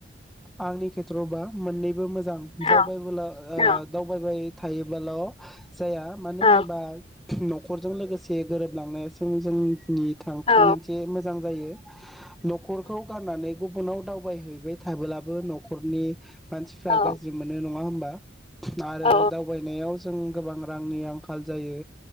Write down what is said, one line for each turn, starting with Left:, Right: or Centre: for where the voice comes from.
Centre: आंनि खेथ्रआवबा मोननै बो मोजां
Left: औ
Centre: दावबाय ओ
Left: औ
Centre: दावबायबाय थायोबाल' जाया मानो
Left: औ
Centre: होनोबा न' न'खरजों लोगोसे गोरोबलांनो जों जों नि थांखि
Left: औ
Centre: मोनसे मोजां जायो। लांदां न'खरखौ गारनानै गुबुनाव दाव दावबायहैबाय थाबोलाबो न'खरनि मानसिफ्रा
Left: औ
Centre: गाज्रि मोनो नङा होम बा आरो
Left: औ
Centre: दावबायनायाव जों गोबां रांनि आंखाल जायो।